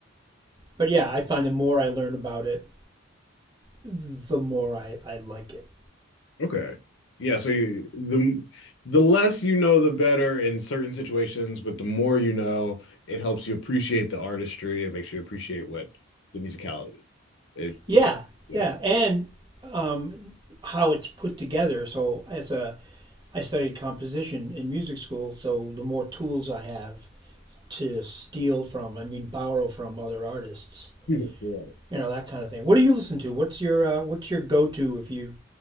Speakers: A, on the right; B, on the left.
A: But yeah, I find the more I learn about it, the more I, I like it.
B: okay, yeah. So you, the the less you know, the better in certain situations, but the more you know, it helps you appreciate the artistry. It makes you appreciate what the musicality is.
A: Yeah,
B: It's kind
A: yeah,
B: of
A: and um, how it's put together. So as a, I studied composition in music school, so the more tools I have to steal from, I mean borrow from other artists,
B: <laughs> Right.
A: you know that kind of thing. What do you listen to? What's your uh, what's your go to if you